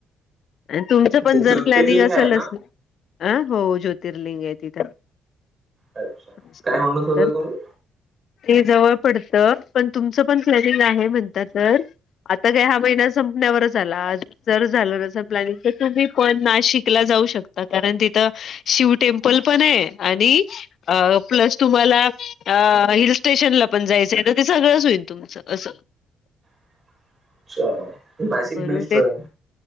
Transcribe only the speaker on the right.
ते ज्योतिर्लिंग
आहे ना
अच्छा.
काय म्हणत होता
तुम्ही
अच्छा, तर नाशिक
बेस्ट
आहे.